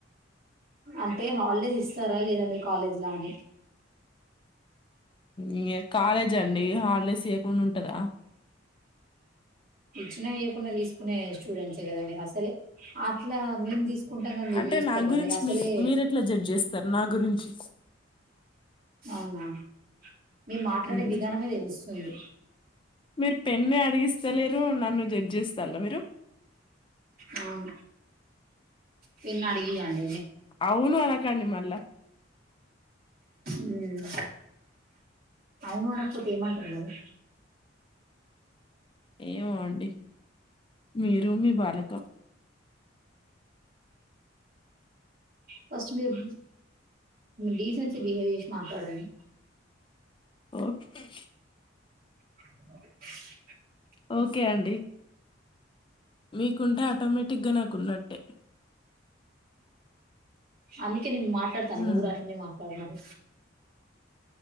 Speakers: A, on the right; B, on the left.
A: అంటే హాలిడేస్ ఇస్తారా లేదా మీ కాలేజ్ లొ అని.
B: ఉ కాలేజ్ అండి హాలిడేస్ ఇయకుండా ఉంటదా
A: ఇచ్చినా ఇయకున్నా తీసుకునే స్టూడెంట్సే కదా మీరు అసలే అట్లా మేం తీసుకు కుంటా క మీరు
B: అంటే
A: తీసుకోరు
B: నా
A: కదా
B: గురించి
A: మీరు అసలే
B: మీకు మీరు ఎట్లా జడ్జ్ చేస్తారు నా గురించి
A: అవునా మీరు మాట్లాడే
B: ఉమ్.
A: విధానమే తెలుస్తుంది.
B: మీరు పెన్నే అడిగిస్త లేరు. నన్ను జడ్జ్ చేస్తాల్లా మీరు.
A: అవును పెన్ అడిగీయాలి
B: అవును అనకండి. మళ్ళ
A: మ్మ్ అవును అనకపోతే ఏమంటరు మరి.
B: ఏమో అండి. మీరు మీ బాలకం
A: ఫస్ట్ మీరు డీసెన్సీ బిహేవ్ చేసి మాట్లాడండి.
B: ఓకే
A: <inaudible>
B: ఓకే అండి. మీకుంటే ఆటోమేటిక్ గా నాకు ఉన్నట్టే.
A: అలీ అకే నేను మాట్లాడతాను.
B: ఉమ్
A: నువ్వు కూడ అట్నే మాట్లాడు మరి